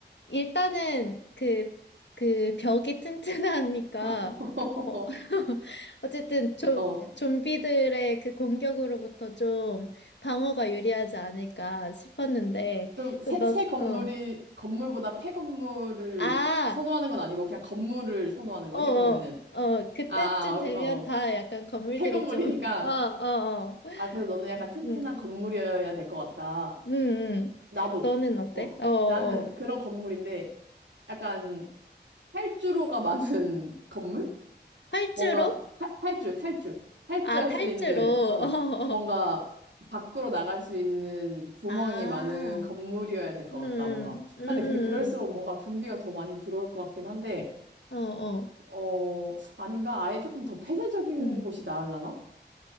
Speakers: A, on the left; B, on the right.
A: 일단은 그, 그 벽이 튼튼하니까,
B: <laughs>
A: 어, <laughs> 어쨌든 좀,
B: 어.
A: 좀비들의 그 공격으로부터 좀 방어가 유리하지 않을까 싶었는데,
B: 좀 새
A: 그, 너,
B: 새 건물이
A: 어,
B: 건물보다 폐건물을
A: 아,
B: 선호하는 건 아니고 그냥 건물을 선호하는 거지.
A: 어, 어,
B: 그러면은
A: 어, 그때쯤
B: 아, 어,
A: 되면
B: 어.
A: 다 약간 건물들이
B: 폐건물이니까
A: 좀, <laughs> 어, 어, 어,
B: 아, 그래서 너는 약간 튼튼한
A: 응,
B: 건물이어야 될 것 같다.
A: 응, 응.
B: 나도.
A: 너는 어때?
B: 어. 어.
A: 어, 어.
B: 나는 그런 건물인데 약간 탈주로가 많은 <laughs> 건물?
A: 활주로?
B: 뭔가 탈, 탈주, 탈주. 탈주할
A: 아, 탈주로.
B: 수 있는,
A: <laughs>
B: 어,
A: 어, 어.
B: 뭔가 밖으로 나갈 수 있는 구멍이
A: 아.
B: 많은 건물이어야 될 것
A: 음,
B: 같다, 뭔가.
A: 음, 음,
B: 아, 근데, 근데 그럴수록 뭔가 좀비가 더 많이 들어올 것 같긴 한데,
A: 음. 어, 어,
B: 어, 아닌가? 아예 조금 더 폐쇄적인
A: 음.
B: 곳이 나으려나?